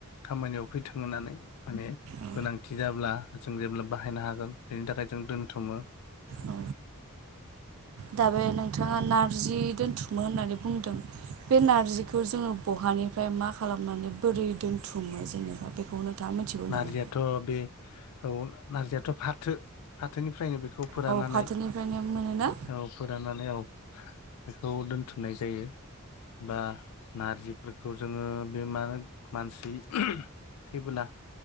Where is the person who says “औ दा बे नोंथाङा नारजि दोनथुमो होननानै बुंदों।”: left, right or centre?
Right